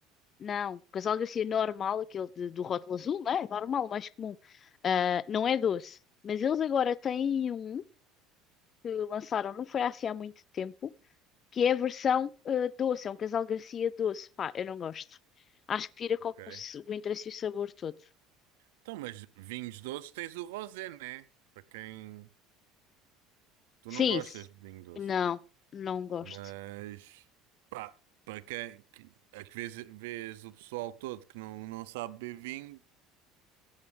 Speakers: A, on the left; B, on the right.
A: Não. O Casal Garcia normal, aquele de- do rótulo azul, né? Normal, mais comum. Ah, não é doce. Mas eles agora têm um que lançaram, não foi assim há muito tempo, que é a versão ah, doce. É um Casal Garcia doce. Pá, eu não gosto. Acho que tira
B: Ok.
A: com o, s- o interesse e o sabor todo.
B: Então, mas vinhos doces tens o rosé, né? Para quem. Tu
A: Sim.
B: não gostas
A: s-
B: de vinho doce.
A: Não, não gosto.
B: Mas. Pá, para quem. que- A que vês, vês o pessoal todo que não, não sabe beber vinho,